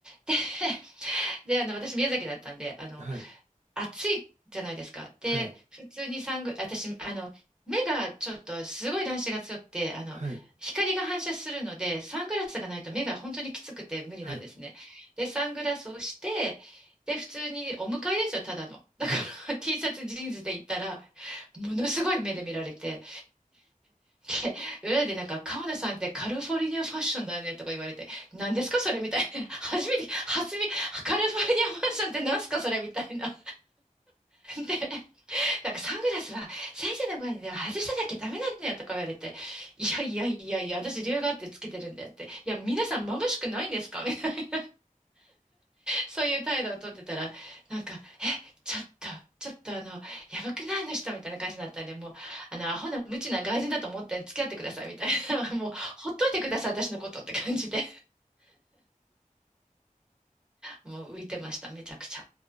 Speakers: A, in the centre; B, on the right (about 60°).
A: で、<laughs> で、あの、私宮崎だったんで、あの、
B: はい。
A: 暑いじゃないですか。で、
B: はい。
A: 普通にサング、私、あの、目がちょっとすごい乱視が強くて、あの、
B: はい。
A: 光が反射するので、サングラスがないと目が本当にきつくて無理なんですね。
B: はい。
A: で、サングラスをして、で、普通にお迎えですよ、ただの。だから
B: はい。
A: <laughs> T シャツ、ジーンズで行ったら、ものすごい目で見られて、で、裏でなんか、川野さんってカリフォルニアファッションだねとか言われて、何ですかそれみたいな。初めて、初め、カリフォルニアファッションって何すかそれみたいな。でなんかサングラスは先生の前では外しただけダメなんだよとか言われて、いやいやいやいや、私理由があってつけてるんだよって、いや、皆さん眩しくないんですかみたいな、そういう態度をとってたら、なんか、え、ちょっと、ちょっとあの、やばくないあの人みたいな感じになったんで、もう、あの、アホな無知な外人だと思って付き合ってくださいみたいな、<laughs> もう、ほっといてください、私のことって感じで、もう浮いてました、めちゃくちゃ。